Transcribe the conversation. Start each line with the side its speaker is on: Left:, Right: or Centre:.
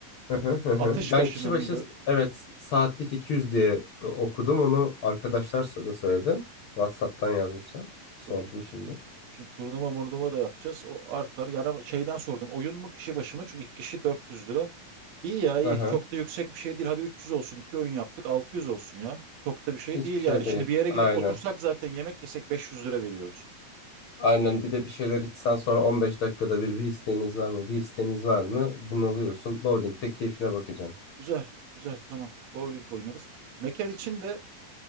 Left: Hı hı hı hı.
Right: Atış
Left: Ben
Right: başına
Left: kişi başı
Right: mıydı?
Left: evet saatlik 200 diye e, okudum. Onu arkadaşlar da söyledi. WhatsApp'tan yazmışlar. Sordum
Right: Yok
Left: şimdi.
Right: Şimdi turnuva murnuva da yapacağız. O artar. Yani ama şeyden sordum. Oyun mu kişi başı mı? Çünkü iki kişi 400 lira. İyi ya iyi.
Left: Hı hı.
Right: Çok da yüksek bir şey değil. Hadi 300 olsun. iki oyun yaptık. 600 olsun ya. Çok da bir şey
Left: Hiçbir
Right: değil
Left: şey
Right: yani. Şimdi
Left: değil.
Right: bir yere
Left: Aynen.
Right: gidip otursak zaten yemek yesek 500 lira veriyoruz.
Left: Aynen bir de bir şeyler içsen sonra 15 dakikada bir bir isteğiniz var mı? Bir isteğiniz var mı? Bunalıyorsun. Bowling'de keyfine bakacaksın.
Right: Güzel. Güzel tamam. Bowling oynarız. Mekan için de